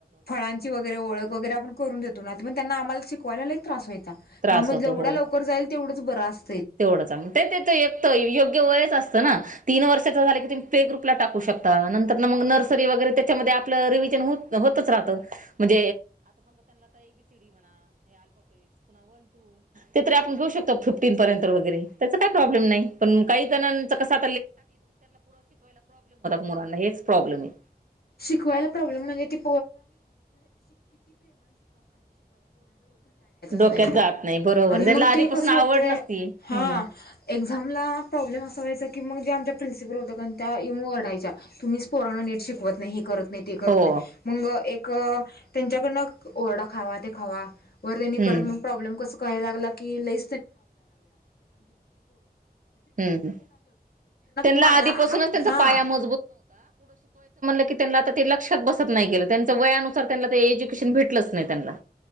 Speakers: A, on the left (about 75°); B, on the right (about 55°).
A: फळांची वगैरे ओळख वगैरे आपण करून देतो ना त्रास व्हायचा
B: त्रास
A: त्यामुळे
B: होतो
A: जेवढ्या
B: हो
A: लवकर जाईल तेवढंच बरं अस
B: तेवढं चांग ते तेच एकत योग्य वयच असतं ना. तीन वर्षाचा झालं की तुम्ही प्ले ग्रुपला टाकू शकता नंतरन मंग नर्सरी वगैरे त्याच्यामध्ये आपलं रिव्हिजन होत. होतं. ते तरी आपुन. तर वगैरे त्याचा काही प्रॉब्लेम नाही पण काही जणांचं मुलांना हेच प्रॉब्लेम ये.
A: <inaudible> जायचच
B: डोक्यात
A: नाही
B: जात नाही बरोबर
A: आणि
B: त्यांना
A: मग
B: आधीपासून
A: ते कसं
B: आवड
A: होतय
B: नसती
A: हां
B: हम्म
A: एक्झामला प्रॉब्लेम असा व्हायचा की मग जे आमच्या प्रिन्सिपल होतं कन त्या येऊन ओडायच्या तुम्हीच पोरांना नीट शिकवत नाही हे करत नाही ते करत
B: हो
A: नाही मंग एक त्यांच्याकडन ओरडा खावा ते खावा. वर त्यांनी
B: हम्म
A: परत मग प्रॉब्लेम कस करायला लागला की लई
B: हम्म हम तेनला
A: मारा
B: आधीपासूनच त्यांचा
A: हा
B: पाया म तेनला आता ते लक्षात बसत नाही की र त्यांच वयानुसार त्यांला ते एज्युकेशन भेटलंच नाही त्यांला.